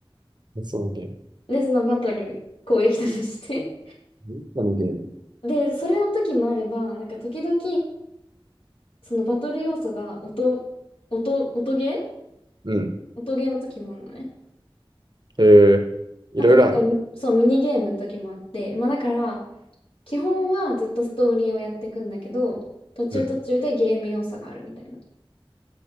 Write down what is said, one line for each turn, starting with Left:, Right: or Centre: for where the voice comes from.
Right: 何そのゲーム。
Left: で、そのバトル、攻撃とかして。
Right: 何そのゲーム。
Left: で、それの時もあれば、なんか時々、そのバトル要素が音、音、音ゲー
Right: うん。
Left: 音ゲーの時もあるのね。
Right: えー、いろいろあんね。
Left: あとなんか、そう、ミニゲームの時もあって、まあだから、基本はずっとストーリーをやっていくんだけど、途中途中でゲーム要素があるみたいな。
Right: うん。